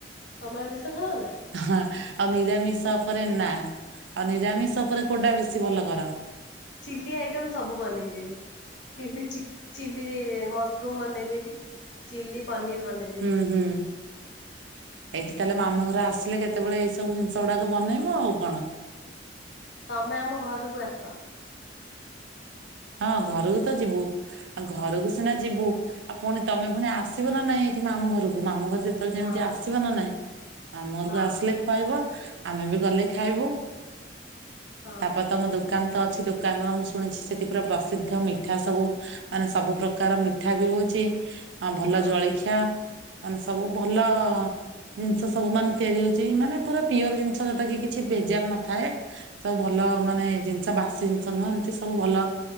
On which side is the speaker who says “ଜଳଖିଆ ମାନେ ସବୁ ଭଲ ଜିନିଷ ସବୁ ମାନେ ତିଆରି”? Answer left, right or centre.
Right